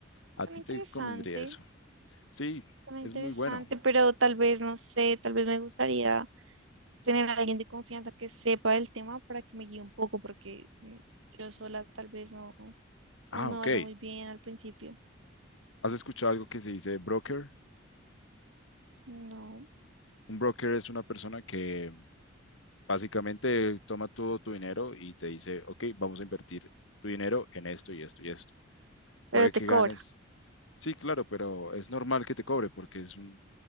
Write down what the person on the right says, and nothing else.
suena
interesante,
suena
interesante,
pero tal vez, no sé, tal vez me gustaría. tener a alguien de confianza que sepa el tema para que me guíe un poco, porque mm, yo sola tal vez no,
no me
vaya muy bien al principio.
No,
pero te
cobra.